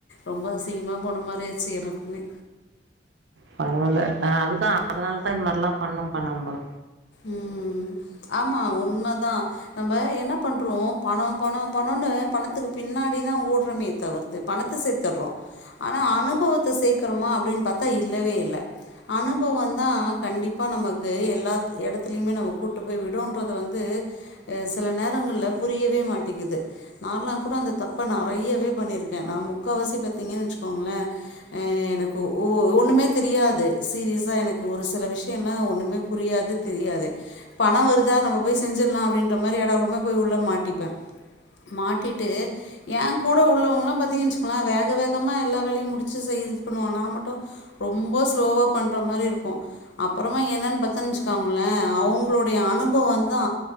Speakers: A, on the left; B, on the right.
A: ரொம்ப அசிங்கமா போன மாரியாச்சு எனக்குமே
B: பரவால்ல ஆ அதுதா அதுனால தா இந்த மாரிலா பண்ணும் பண்ணம்ப
A: ம் ஆமா உண்மதா நம்ப என்ன பண்றோ பணோ பணோ பணோனு பணத்துக்கு பின்னாடிதா ஓட்றமே தவிர்த்து பணத்த சேத்தற்றோ ஆனா அனுபவத்த சேக்கரமா அப்டின் பாத்தா இல்லவே இல்ல அனுபவந் தா கண்டிப்பா நமக்கு எல்லா எடத்துலயுமே நம்ம கூட்டு போய் விடுன்றது வந்து சில நேரங்கள்ல புரியவே மாட்டிகிது நான்லா கூட அந்த தப்ப நெறையவே பண்ணிருக்கே நா முக்காவாசி பாத்தீங்கன் வச்சுக்கோங்ளே அ எ எனக்கு ஒ ஒன்னுமே தெரியாது சீரியஸா எனக்கு ஒரு சில விஷ்யல்லா ஒன்னுமே புரியாது தெரியாது பணொ வருதா நம்ம போய் செஞ்சுற்லா அப்டின்ற மாரி எடா கூடம்மா போய் உள்ள மாட்டிப்பே மாட்டிட்டு ஏ கூட உள்ளவங்களா பாத்தீங்கன் வச்சுக்கங்ளே வேக வேகமா எல்லா வேலயு முடுச்சு செய் இது பண்ணுவாங்க நா மட்டு ரொம்ப ஸ்லோவா பண்ற மாரி இருக்கு அப்பறமா என்னன் பாத்தன் வச் க்கோங்களே அவு அவுங்களுடைய அனுபவந் தா